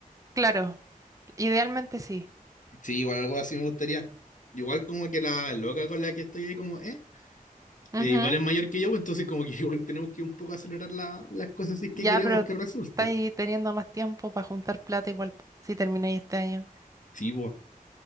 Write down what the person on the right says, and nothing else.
Claro, idealmente sí.
Ujú.
Ya,
pero
estáis teniendo más tiempo para juntar plata igual po, si termináis este año.